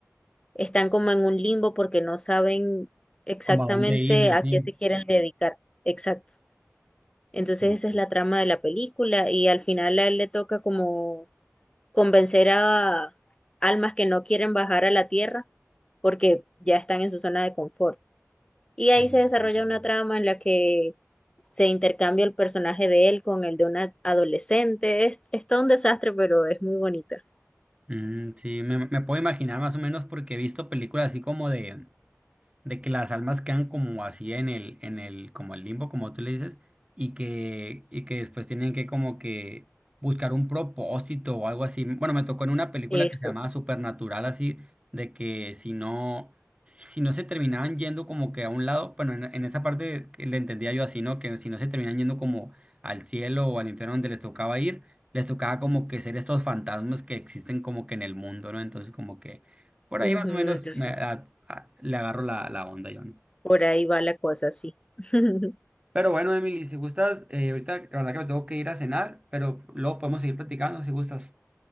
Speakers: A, on the left; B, on the right.
A: están como en un limbo porque no saben exactamente
B: como a dónde ir y así.
A: a qué se quieren dedicar. Exacto. Entonces
B: Mm,
A: esa es la trama de la película y al final a él le toca como convencer a almas que no quieren bajar a la tierra porque ya están en su zona de confort. Y ahí
B: mm,
A: se desarrolla
B: mm.
A: una trama en la que se intercambia el personaje de él con el de una adolescente. Es, es todo un desastre, pero es muy bonita.
B: Mm, sí, me, me puedo imaginar más o menos porque he visto películas así como de... de que las almas quedan como así en el, en el, como el limbo, como tú le dices, y que, y que después tienen que como que buscar un propósito o algo así. Bueno, me tocó en una película
A: Eso.
B: que se llamaba Supernatural, así, de que si no, si no se terminaban yendo como que a un lado, bueno, en, en esa parte que le entendía yo así, ¿no? Que si no se terminaban yendo como al cielo o al infierno donde les tocaba ir, les tocaba como que ser estos fantasmas que existen como que en el mundo, ¿no? Entonces como que por
A: Ujú,
B: ahí más o menos
A: Entonces,
B: me- a- a- le agarro la, la onda yo, ¿no?
A: por ahí va la cosa, sí. <laughs>
B: Pero bueno, Emily, si gustas, eh, ahorita la verdad que me tengo que ir a cenar, pero luego podemos seguir platicando si gustas.